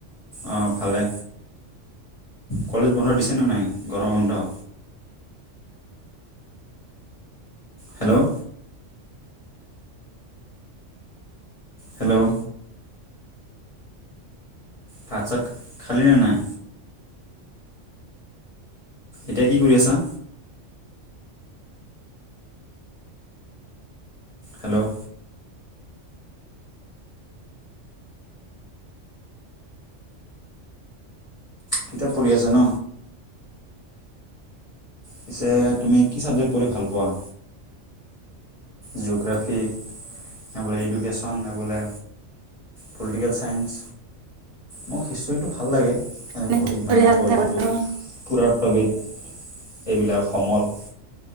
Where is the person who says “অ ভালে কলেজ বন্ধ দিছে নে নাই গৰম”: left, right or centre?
Left